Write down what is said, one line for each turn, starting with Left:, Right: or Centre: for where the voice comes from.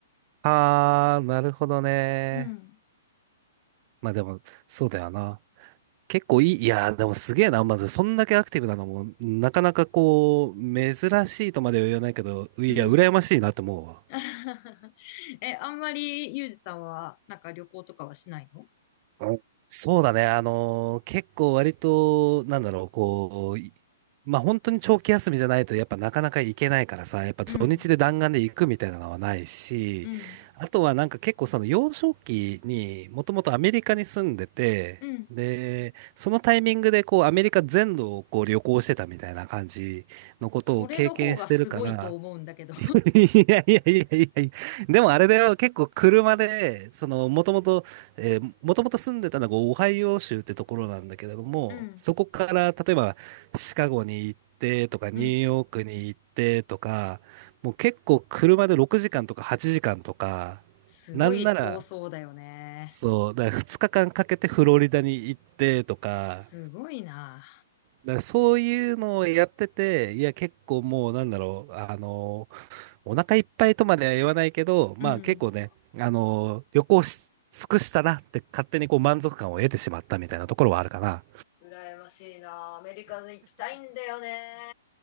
Right: ああ、なるほどね。
Left: る。うん。
Right: まあでも、そうだよな。結構いい、いやー、でもすげえな。まず、そんだけアクティブなのも、なかなかこう、珍しいとまでは言わないけど、いや、
Left: うん。
Right: 羨ましいなって思うわ。
Left: <laughs> え、あんまりユージさんはなんか旅行とかはしないの
Right: あそうだね。あのー結構割と、なんだろう、こう、いまあ本当に長期休みじゃないと、やっぱなかなか行けないからさ、やっぱ土日で弾丸で行くみたいなのはないし、
Left: うん、うん、
Right: あとはなんか結構その幼少期にもともとアメリカに住んでて、
Left: うん、
Right: で、そのタイミングでこうアメリカ全土をこう旅行してたみたいな感じのことを経験してるから、
Left: それの方がすごいと思うんだけど
Right: いやいやいやいやいや。でもあれだよ、結構車で、その、もともと、えー、もともと住んでたのがオハイオ州ってところなんだけれども、
Left: <laughs> うん、
Right: そこから、例えば、シカゴに行ってとか、ニューヨークに行ってとか、
Left: うん、
Right: もう結構車で6時間とか8時間とか、
Left: すごい遠そうだよね。
Right: なんなら、そう、だから2日間かんかけてフロリダに行ってとか、
Left: すごいな。
Right: だからそういうのをやってて、いや結構もうなんだろう、あの、お腹いっぱいとまでは言わないけど、
Left: うん。
Right: まあ結構ね、あのー旅行し尽くしたなって勝手にこう満足感を得てしまったみたいなところはあるかな。
Left: 羨ましいな。アメリカに行きたいんだよね。